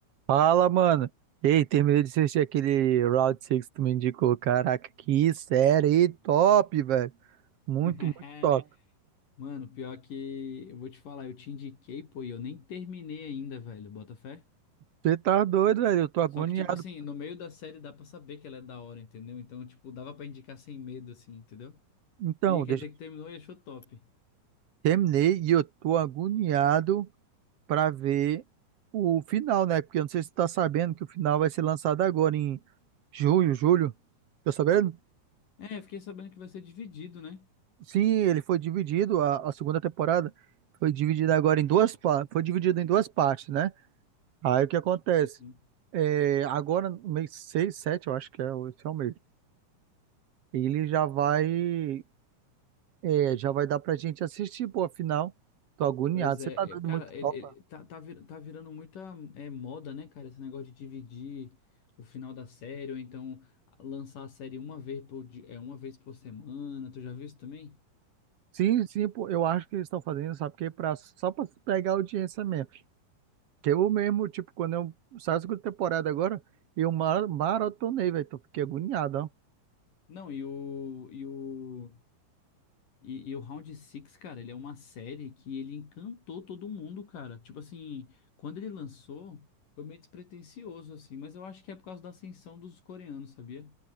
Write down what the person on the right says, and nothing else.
Fala, mano. Ei, terminei de assistir aquele Round Six que tu me indicou. Caraca, que série top, velho. Muito,
muito top.
Você tá doido, velho. Eu tô agoniado.
Então,
deixa...
terminei e eu tô agoniado pra ver o final, né? Porque eu não sei se tu tá sabendo que o final vai ser lançado agora em junho, julho. Tá sabendo?
Sim, ele foi dividido, a, a segunda temporada foi dividida agora em duas partes. Foi dividida em duas partes, né? Aí o que acontece?
É, agora, no mês 6, 7, eu acho que é, o- esse é o mês. Ele já vai, é, já vai dar pra gente assistir, pô, afinal. Tô agoniado.
Você tá dando
muito
topa.
Sim, sim, pô, eu acho que eles estão fazendo, sabe? Porque é pra, só pra pegar audiência mesmo. Que eu mesmo, tipo, quando eu saí da segunda temporada agora, eu mara- maratonei, velho. Tô fiquei agoniado, ó.